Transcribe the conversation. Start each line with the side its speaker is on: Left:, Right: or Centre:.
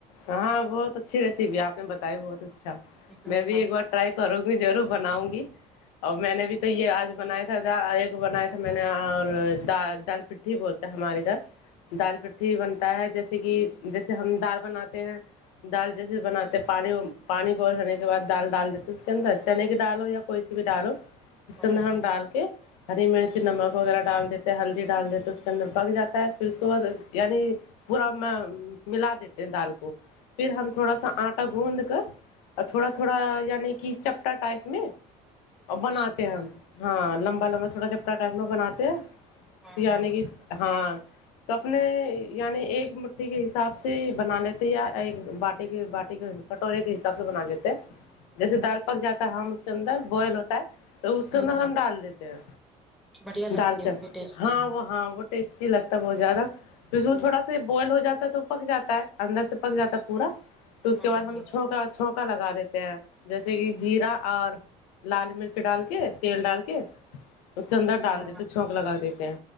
Left: ہاں بہت اچھی ریسیپی آپ نے بتائی بہت اچھا
Centre: ہاں
Left: میں بھی ایک بار ٹرائی کروں گی ضرور بناؤں گی اور میں نے بھی تو یہ آج بنایا تھا دالے ایک بنائے تھا میں نے اور دال پٹھی بولتے ہمارےادھر دال پھٹی بنتا ہے جیسے کہ جیسے ہم دال بناتے ہیں دال جیسے بناتے پانی پانی بوئل ہونے کے بعد دال ڈال دیتے اس کے اندر چنے کی دال ہو یا کوئی سی بھی دال ہو اس کے
Centre: ہاں
Left: اندر ہم ڈال کے ہری مرچ نمک وغیرہ ڈال دیتے ہلدی ڈال دیتے اس کے اندر پک جاتا پھر اس کو یعنی پورا ملا دیتے ہیں دال کو پھر ہم تھوڑا سا آٹا گوندھ کر تھوڑا تھوڑا یعنی کہ چپٹا ٹائ میں اور بناتے
Centre: اچھا ہوں
Left: ہیں ہم ہاں لمبا لمبا تھوڑا چپٹا ٹائپ میں بناتے ہیں
Centre: ہاں
Left: یعنی
Centre: ہاں
Left: کہ ہاں تو اپنے یعنی ایک مٹھی کے ح ساب سے بنا لیتے یا ایک باٹی کے باٹی کے کٹورے کے حساب سے بنا لیتے ہیں جیسے دال پک جاتا ہے ہم اس کے اندر بوائل ہوتا ہے تو اس کے
Centre: ہوں
Left: اندر ہم ڈال دیتے ہیں
Centre: بڑھیا لگتی
Left: ڈال کر
Centre: ہوں گی ٹیسٹی
Left: ہاں
Centre: ہوں
Left: وہ ہاں وہ ٹیسٹی لگتا ہے بہت زیادہ اس میں
Centre: ہوں
Left: تھوڑا بائل ہو جاتا تو پک جاتا ہے اندر سے پک جاتا ہے پورا تو اس
Centre: ہاں
Left: کے بعد ہم
Centre: ہاں
Left: چھونکا چھونکا لگا دیتے ہیں جیسے کہ جیرا اور لال مرچ ڈال کے تیل ڈال کے اس کے اندر ڈال
Centre: ہاں
Left: دیتے
Centre: ہاں
Left: چھونک لگا دیتے ہیں